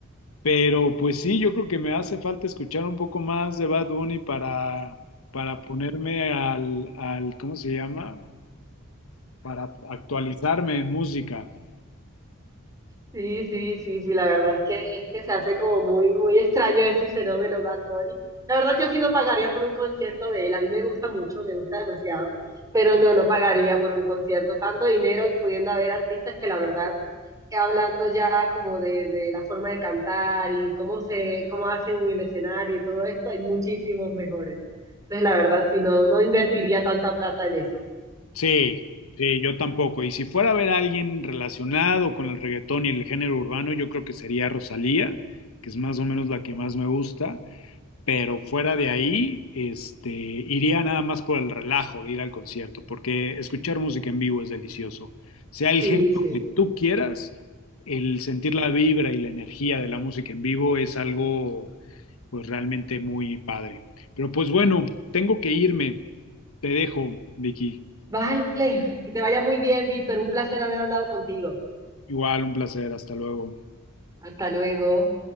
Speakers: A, on the left; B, on the right.
A: Pero pues sí, yo creo que me hace falta escuchar un poco más de Bad Bunny para, para ponerme al, al, ¿cómo se llama? Para actualizarme en música.
B: Sí, sí, sí, sí, la verdad es que, es que se hace como muy, muy extraño este fenómeno Bad Bunny. La verdad yo sí no pagaría por un concierto de él, a mí me gusta mucho, me gusta demasiado, pero no, no pagaría por un concierto tanto dinero y pudiendo haber artistas que la verdad, eh, hablando ya como de, de la forma de cantar y cómo se, cómo hacen el escenario y todo esto, hay muchísimos mejores. Entonces la verdad sí, no, no invertiría tanta plata en eso.
A: Sí, sí, yo tampoco. Y si fuera a ver a alguien relacionado con el reggaetón y el género urbano, yo creo que sería Rosalía, que es más o menos la que más me gusta. pero fuera de ahí, este, iría nada más por el relajo de ir al concierto, porque escuchar música en vivo es delicioso. Sea el
B: Sí,
A: género
B: sí.
A: que tú quieras, el sentir la vibra y la energía de la música en vivo es algo, pues realmente muy padre. Pero pues bueno, tengo que irme. Te dejo, Vicky.
B: Vale, que te vaya muy bien, Víctor, un placer haber hablado contigo.
A: Igual, un placer. Hasta luego.
B: Hasta luego.